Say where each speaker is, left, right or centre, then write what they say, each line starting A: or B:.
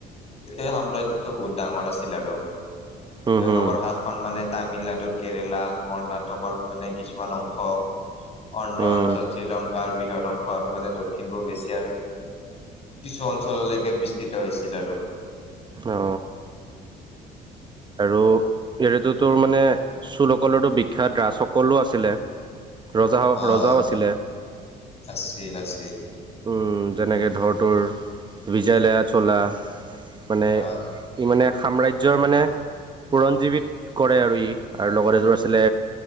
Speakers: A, on the left; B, on the right.
A: সেই সাম্ৰাজ্যটো বহুত ডাঙৰ আছিল আৰু
B: হুম,
A: তেওঁলোকৰ
B: হুম,
A: সা মানে তামিলনাডু, কেৰেলা, কৰ্ণাটকৰ মানে কিছুমান অংশ অন্ধ্ৰ
B: উম,
A: অঞ্চল, শ্ব্ৰীলং তাৰ বৃহৎ অংশ হোৱাটো মানে দক্ষিণ পূব এছিয়াৰ কিছু অঞ্চললৈকে কে বিস্তৃত হৈছিল আৰু।
B: অ আৰু এনেইটো তোৰ মানে চুলসকলৰটো বিখ্যাত ৰাজসকলো আছিলে ৰজা
A: অ'
B: ৰজাও আছিলে।
A: আছিল আছিল।
B: উম যেনেকে ধৰ তোৰ বিজয় লয়া চোলা। মানে
A: আহ
B: ই মানে সাম্ৰাজ্যৰ মানে পুৰঞ্জীৱিত কৰে আৰু ই। আৰু লগতে তোৰ আছিলে